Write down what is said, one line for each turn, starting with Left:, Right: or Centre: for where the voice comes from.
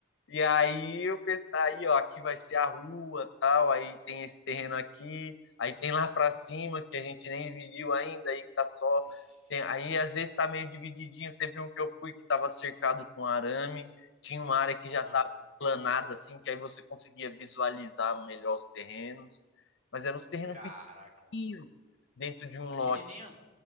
Left: E aí eu pensei, aí ó, aqui vai ser a rua, tal, aí tem esse terreno aqui, aí tem lá pra cima que a gente nem dividiu ainda, aí que tá só
Right: vixi.
Left: tem- aí às vezes tá meio divididinho, teve um que eu fui que tava cercado com arame, tinha uma área que já
Right: Ah,
Left: tava planada assim, que aí você conseguia visualizar melhor os terrenos, mas eram uns terrenos
Right: caraca,
Left: pequenos
Right: mano.
Left: dentro de um
Right: Pequenininho?
Left: lote,